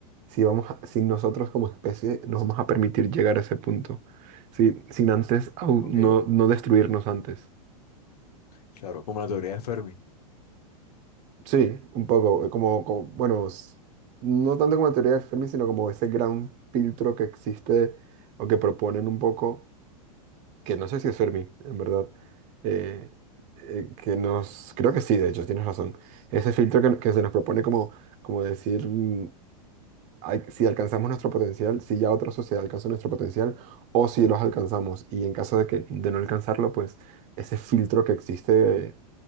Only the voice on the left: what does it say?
Ok,
claro, como la teoría de Fermi.